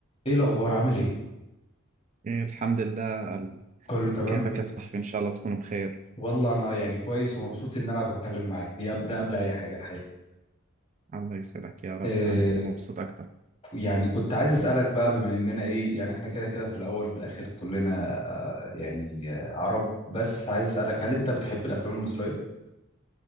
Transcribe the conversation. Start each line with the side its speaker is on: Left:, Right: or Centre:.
Left: ايه الاخبار عامل ايه
Right: إيه الحمد لله
Left: كله تمام
Right: كيفك
Left: ب-
Right: يا صاحبي إن شاء الله تكون بخير
Left: والله انا يعني كويس ومبسوط ان انا بتكلم معاك دي أب- ده قبل اي حاجه الحقيقه
Right: الله يسعدك يا رب
Left: إيه
Right: أنا والله مبسوط أكتر
Left: يعني كنت عايز اسالك بقى بما اننا ايه يعني احنا كده كده في الاول وفي الاخر كلنا آه يعني آه عرب بس عايز اسالك هل انت بتحب الافلام المصريه